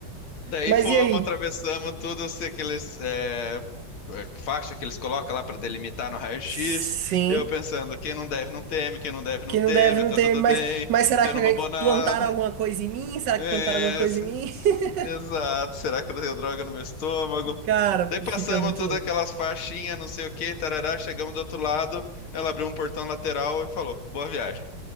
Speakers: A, on the left; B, on the right.
A: Daí
B: Mas
A: fomos,
B: e aí?
A: atravessamos tudo, se aqueles é, é, faixa que eles colocam lá para delimitar no raio-x.
B: Sim,
A: Eu pensando, quem não deve não teme, quem não deve
B: que
A: não teme,
B: não deve não
A: tá
B: ter.
A: tudo
B: Mas,
A: bem,
B: mas será
A: você
B: que
A: não roubou nada.
B: plantaram alguma coisa em mim? Será
A: É,
B: que plantaram alguma coisa
A: se-
B: em mim? <laughs>
A: exato, será que eu tenho droga no meu estômago?
B: Cara,
A: Daí passamos
B: fica muito
A: todas
B: louco.
A: aquelas faixinhas, não sei o que, tarará, chegamos do outro lado, ela abriu um portão lateral e falou, boa viagem.